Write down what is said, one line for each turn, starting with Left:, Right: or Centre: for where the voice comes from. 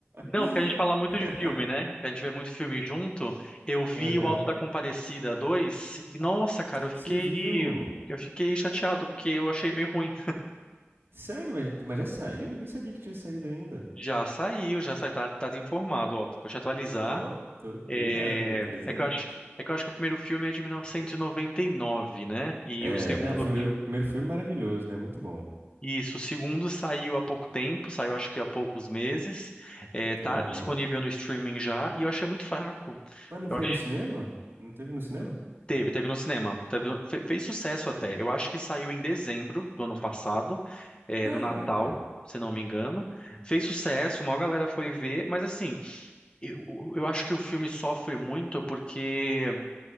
Left: não,
Right: <laughs>
Left: porque a gente fala muito de filme, né? A gente vê muito filme junto. Eu vi
Right: Aham.
Left: o Alto da Compadecida 2 e nossa, cara, eu fiquei
Right: Você viu?
Left: Eu fiquei chateado porque eu achei meio ruim.
Right: Sério, mas, mas já saiu? Eu nem sabia que tinha saído ainda.
Left: Já saiu, já saiu, tá, tá informado, ó. Vou te atualizar.
Right: Ó, tô... obrigado,
Left: É,
Right: me
Left: é
Right: aí.
Left: que eu acho, é que eu acho que o primeiro filme é de 1999, né? E
Right: É,
Left: o segundo,
Right: é o primeiro, primeiro filme maravilhoso, né? Muito bom.
Left: isso, o segundo saiu há pouco tempo, saiu acho que há poucos meses. É, tá
Right: Aham.
Left: disponível no streaming já e eu achei muito fraco.
Right: Mas não
Left: Eu
Right: foi
Left: acho,
Right: no cinema? Não teve no cinema?
Left: teve, teve no cinema, teve- fe- fez sucesso até. Eu acho que saiu em dezembro do ano passado, é,
Right: Caraca.
Left: no Natal. Se não me engano, fez sucesso, uma galera foi ver, mas assim, eu, eu acho que o filme sofre muito porque